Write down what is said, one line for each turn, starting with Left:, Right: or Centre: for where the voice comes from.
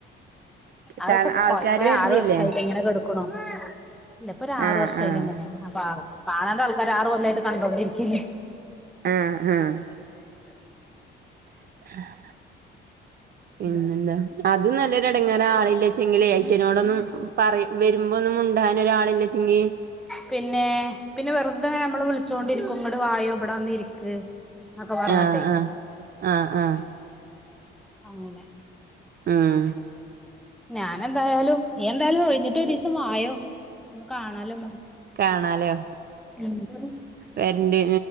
Centre: അതിപ്പോ
Right: കാണ ആൾക്കാര്
Centre: കൊയപ്പല്ല
Right: വരലില്ലേ
Centre: ആറ് വർഷായില്ലേ എങ്ങനെക്കെ കടുക്ക്ണൂ ഇല്ല ഇപ്പൊ ഒരു ആറ്
Right: ആഹ്
Centre: വർഷായിലെ
Right: ആഹ്
Centre: ഇങ്ങനെ അപ്പൊ കാണാണ്ട ആൾക്കാര് ആറ്കൊല്ലായിട്ട് കണ്ടോണ്ടിരിക്കല്ലെ
Right: ആഹ് ആഹ് <inaudible> പിന്നെ
Centre: ഉം ഉം
Right: എന്താ അത് നല്ലൊരെടെങ്ങേറ ആളില്ലച്ചെങ്കില് ഏറ്റയനോടൊന്നും പറ വരുമ്പോന്നും മുണ്ടാൻ ഒരാളില്ലേച്ചാ ഉം
Centre: പിന്നെ പിന്നെ വെറുതെ നമ്മള് വിളിച്ചോണ്ടിരിക്കും ഇങ്ങട് വായോ ഇവിടെന്ന ഇരിക്ക എന്നക്കെ പറഞ്ഞ്ട്ടെ
Right: ആഹ് ആഹ് ആഹ് ആഹ്
Centre: അങ്ങനെ
Right: ആഹ്
Centre: ഞാന് എന്തായാലും നീ എന്തായാലും കഴിഞ്ഞിട്ട് ഒരു ദിവസം വായോ ഒന്ന് കാണാലോ മതി
Right: കാണാലേോ
Centre: ഉം
Right: വരണ്ട്